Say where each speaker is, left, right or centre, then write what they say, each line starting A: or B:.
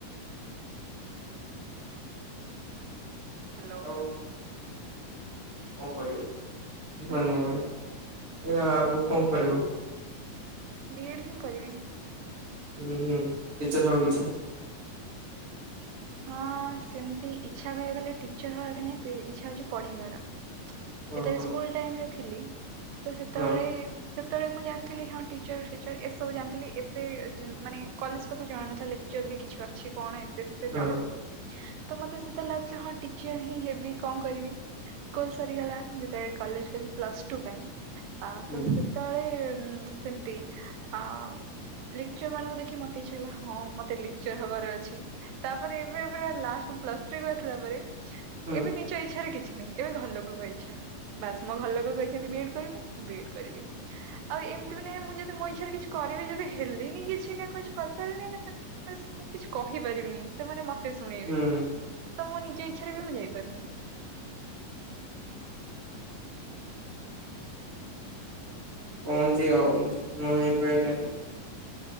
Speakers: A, on the right (about 85°); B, on the right (about 40°).
A: ହ୍ୟାଲୋ
B: <inaudible> କଣ କରିବ
A: ହୁଁ
B: ମାନେ? ଏଇନା ଆଗକୁ କଣ କରିବ?
A: ବି ଏଡ଼୍ ହିଁ କରିବି।
B: ହୁଁ ହୁଁ ଟିଚର ହବା କୁ ଇଚ୍ଛା।
A: ହଁ ସେମତି ଇଛା କହୀବାକୁ ଗଲେ ଟିଚର ହବାକେ ନାଇଁ ଇଛା ହଉଛି ପଢେଇବାର।
B: ହଁ
A: ଯେତେବେଳେ
B: ହଁ
A: ସ୍କୁଲ ଟାଇମରେ ଥିଲି ତ ସେତେବେଳେ
B: ହଁ
A: ସେତେବେଳେ ମୁଁ ଜାଣିଥିଲି ହଁ ଟିଚର ଫିଚର ଏସବୁ ଜାଣିଥିଲି ଏବେ ଯେ ମାନେ କଲେଜ କଥା ଜଣାନଥିଲେ ଚର ବି କିଛି ଅଛି କଣ ଏତେ ସେତେ
B: ହଁ
A: ଜଣେ ନାହିଁ। ତ ମତେ ସେତେଲ ଲାଗୁଥିଲା ହଁ ଟିଚର ହିଁ ହେବି କଣ କରିବି ସ୍କୁଲ ସରିଗଲା। ଯେତେବେଳେ କଲେଜ ଗଲି ପ୍ଲସ୍ ଟୁ ପାଇଁ ଆଉ
B: ହୁଁ
A: ତ ସେ ତଳେ ସେମିତି ଆ ଲେକ୍ଚର ମାନଙ୍କୁ ଦେଖି ମତେଇଚ୍ଛା ହେଲା ହଁ ମତେ ଲେକ୍ଚର ହବାର ଅଛି। ତାପରେ ଏବେ ପୁରା ଲାଷ୍ଟ କୁ ପ୍ଲସ ଥ୍ରୀକୁ ଆସିଲା ପରେ
B: ହୁଁ
A: ଏବେ ନିଜ ଇଛାରେ କିଛି ନାହିଁ ଏବେ ଘର ଲୋକଙ୍କ ଇଚ୍ଛା। ବାସ୍ ମୋ ଘର ଲୋକ କହିଛନ୍ତି ବି ଏଡ କରିବୁ ମୁଁ ବି ଏଡ କରିବି। ଆଉ ଏମିତି ବି ନାହିଁ ମୁଁ ଯଦି ମୋ ଇଛାରେ କିଛି କରିବି ନି ବି ହେଲିନି କିଛି ନା କିଛି କରିପାରିନି ନା ତାଙ୍କୁ ବାସ୍ ମୁଁ କିଛି କହିପାରିବିନି। ସେମାନେ ମତେ ଶୁଣେଇବେ
B: ହୁଁ।
A: ତ ମୋ ନିଜ ଇଚ୍ଛରେ ବି ମୁଁ ଯାଇପାରୁନି।
B: କହନ୍ତି ଆଉ ନ ହେଇପାଇଲେ?।